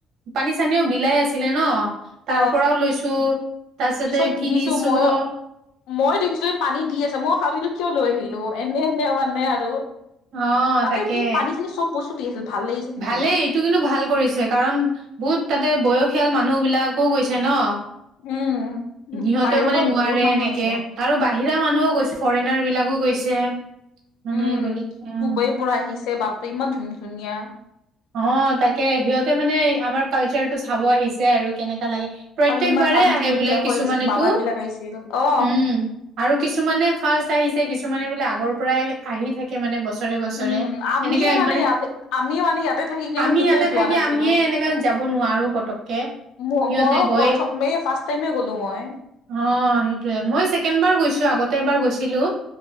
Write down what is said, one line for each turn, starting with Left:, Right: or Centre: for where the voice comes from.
Right: পানী-চানীও বিলাই আছিলে ন। তাৰ
Left: ত
Right: পৰাও লৈছো, তাৰপিছতে
Left: পিছত
Right: কিনিছোও।
Left: দেখিছো মই মই দেখিছো পানী দি আছে, মই ভাবিলো কিয় লৈ আহিলো। এনে সেয়া মানে আৰু
Right: অ',
Left: তাতেও
Right: তাকে
Left: কিন্তু পানী-চানি চব বস্তু দি আছিল ভাল লাগিছে কিন্তু
Right: ভালেই, এইটো কিন্তু ভাল কৰিছে। কাৰণ বহুত তাতে বয়সীয়াল মান মানুহ বিলাকো গৈছে ন?
Left: উম। উ
Right: সিহঁতেও
Left: বাহিৰৰ
Right: মানে
Left: পৰা
Right: নোৱাৰে
Left: বহুত মানুহ
Right: এনেকে
Left: আহিছে
Right: আৰু বাহিৰা মানুহো গৈছে, ফৰেনাৰ বিলাকো গৈছে। মানে
Left: উম
Right: বুলি অ',
Left: ডুবৈৰ পৰা আহিছে বাপ ইমান ধুনীয়া ধুনীয়া।
Right: অ তাকে সিহঁতে মানে আমাৰ কালচাৰটো চাব আহিছে আৰু কেনেকা লাগে। প্ৰত্যেক
Left: আৰু ইমান
Right: বাৰে
Left: তান্ত্ৰিক
Right: আহে বোলে
Left: বিলাকো
Right: কিছুমানেতো।
Left: আহিছিল বাবা বিলাক আহিছিল অ
Right: উম আৰু কিছুমানে ফাৰ্ষ্ট আহিছে, কিছুমানে বোলে আগ আগৰ পৰাই আহি থাকে মানে বছৰে বছৰে,
Left: উম আমিয়ে
Right: সেনেকাই মানে
Left: ইয়াতে আমি মানে ইয়াতে থাকি কিনে
Right: আমি
Left: কেতিয়াও
Right: ইয়াতে
Left: যোৱা
Right: থাকি
Left: নাছিলো
Right: আমিয়ে এনেকা যাব নোৱাৰো পতককে।
Left: ম মৌ
Right: সিহঁতে
Left: মই
Right: গৈ
Left: প্ৰথম মে ফাৰ্ষ টাইম গ'লো মই।
Right: অ সেইটোয়ে, মই ছেকেণ্ড বাৰ গৈছো, আগতে এবাৰ গৈছিলো।